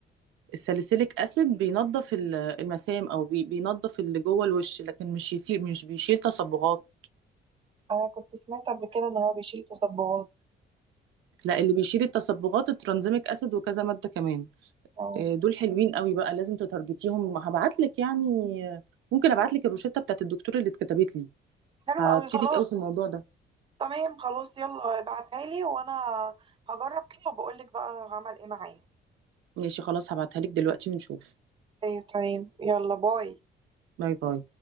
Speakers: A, on the right; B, on the right.
A: الساليسيليك اسيد بينظف ال- المسام او بي- بينظف اللي جوه الوش لكن مش يصير مش بيشيل تصبغات
B: انا كنت سمعت قبل كده ان هو بيشيل تصبغات
A: لا اللي بيشيل التصبغات الترانزيميك اسيد وكذا مادة كمان
B: أو.
A: آه، دول حلوين قوي بقى لازم تتارجتيهم هبعت لك يعني آه، ممكن ابعت لك الروشته بتاعت الدكتور اللي اتكتبت لي
B: حلو
A: هتفيدك
B: قوي خلاص
A: قوي في الموضوع ده
B: تمام خلاص يلا ابعتها لي وانا هجرب كده وبقول لك بقى عمل ايه معايا
A: ماشي خلاص هبعتها لك دلوقتي ونشوف
B: طيب تمام يلا باي
A: باي باي